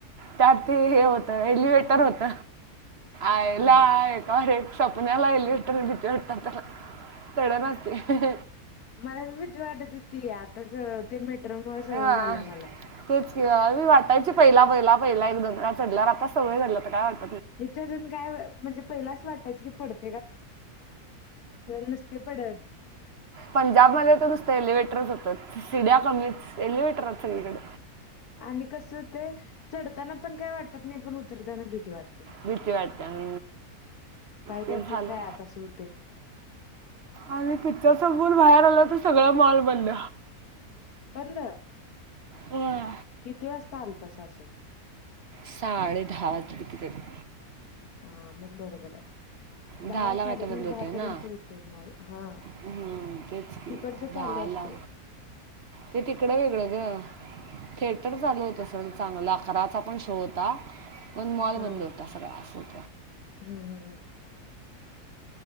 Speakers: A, on the right; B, on the left.
A: त्या हो एलिवेटर होत आयला
B: अवघड
A: एकार स्पन्याला एलिवेटर होटत <unintelligible> भिती वाटतात त्याला चढणाच
B: मला पी <unintelligible> भीती वाटत होती आता ते मेट्रो मूळ सवय
A: हा.
B: झाल्या मला
A: तेच मी <unintelligible> वाटायची पहिला पहिला पहिला एकदम चढल्यावर आता सवय झाला तर काय वा
B: इथे अजून काय म्हणजे पहिलाच वाटायचं की पडत नसते पडत.
A: पंजाब मध्ये तर नुसतं एलिवेटरच हूत सीड्या कमीच एलिव्हेटरच सगळीकडे
B: आणि कस ते चढताना पण काय वाटत नाही पण उतरताना भीती वाट
A: भीती वाटत्या म
B: पाय जाते
A: ते झालं
B: काय आत असं होतंय.
A: आणि तिच्या समोर बाहेर आलं तर सगळं मॉल बंद
B: बंद
A: वय
B: किती वाजता आल तस असं
A: साडे दहा वाज कितीतरी
B: हा मग बरोबर राय
A: दहाला
B: दहा साडे
A: काय तर बंद
B: नऊ
A: होते
B: दहा
A: ना
B: पर्यंत होतेत मॉल हा
A: हम्म, तेच की
B: हिकडचं
A: दहाला
B: चाल <unintelligible> असतोय
A: ते तिकडं वेगळं र <unintelligible> थिएटर चालू होत सर चांगला अकराचा पण शो हुता पण मॉल
B: हा
A: मध्ये हुता सगळाासून <unintelligible>
B: हम्म हम्म हम्